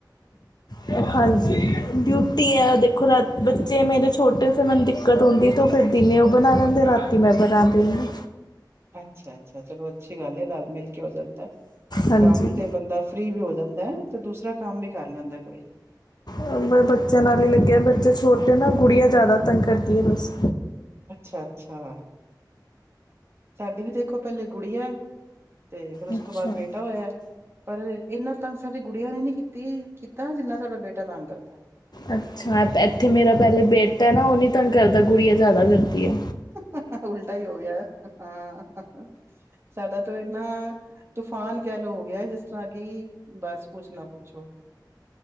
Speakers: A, on the left; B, on the right.
A: ਈ ਹਾਂਜੀ ਈ ਡਿਊਟੀ ਐ
B: ਹਾਂ
A: ਦੇਖੋ ਰਾਤ ਬੱਚੇ ਮੇਰੇ ਛੋਟੇ ਏ ਫੇਰ ਮੈਨੂੰ ਦਿਕਤ ਦਿੱਕਤ ਹੁੰਦੀ ਐ ਉਹ ਫਿਰ ਦਿਨੇ ਉਹ ਬਣਾ ਲੈਂਦੇ ਰਾਤੀ ਮੈਂ ਬਣਾਉਂਣਾ ਦੇਨੀ ਆ
B: ਅੱਛਾ ਆ ਅੱਛਾ ਆ ਚਲੋ ਅੱਛੀ ਗੱਲ ਏ ਰਲ ਮਿਲ ਕੇ ਹੋ ਜਾਂਦਾ ਐ
A: ਹਾਂਜੀ
B: ਕੰਮ ਤੇ ਬੰਦਾ ਫਰੀ ਵੀ ਹੋ ਜੇ ਗੰਦਾ ਐ ਤੇ ਦੂਸਰਾ ਕੰਮ ਵੀ ਕਰ ਲੈਂਦਾ ਕੋਈ
A: ਹਾ ਮੈ ਬੱਚਿਆਂ ਨਾਲ ਹੀ ਲੱਗੇ ਬੱਚੇ ਛੋਟੇ ਨਾ ਗੁੜੀਆਂ ਜ਼ਿਆਦਾ ਤੰਗ ਕਰਦੀ ਐ ਬਸ
B: ਅੱਛਾ ਆ ਅੱਛਾ ਆ ਸਾਡੀ ਵੀ ਦੇਖੋ ਓ ਪਹਿਲੇ ਗੁੜੀ ਆ ਤੇ ਫਿਰ ਉਸ
A: ਅੱਛਾ
B: ਤੋਂ ਬਾਅਦ ਬੇਟਾ ਹੋਇਆ ਐ ਪਰ ਇੰਨਾ ਤੰਗ ਸਾਡੇ ਗੁਡੀਆਂ ਨੇ ਨੀ ਕੀਤੀ ਕੀਤਾ ਜਿੰਨਾ ਸਾਡਾ ਬੇਟਾ ਤੰਗ ਕਰਦਾ ਐ
A: ਅੱਛਾ ਇੱਥੇ ਮੇਰਾ ਆ ਪਹਿਲੇ ਬੇਟਾ ਆ ਨਾ ਉਹ ਨੀ ਤੰਗ ਕਰਦਾ ਗੁਡੀਆਂ ਜ਼ਿਆਦਾ ਕਰਦੀ ਆ
B: ਹਾ ਹਾ ਉਲਟਾ ਈ ਹੋ ਗਿਆ ਹਾਂ ਸਾਡਾ ਤੋਂ ਇਹਨਾ ਆ ਤੂਫਾਨ ਕਹਿ ਲਓ ਹੋ ਗਿਆ ਜਿਸ ਤਰ੍ਹਾਂ ਕਿ ਬਸ ਕੁਛ ਨਾ ਪੁੱਛੋ ਓ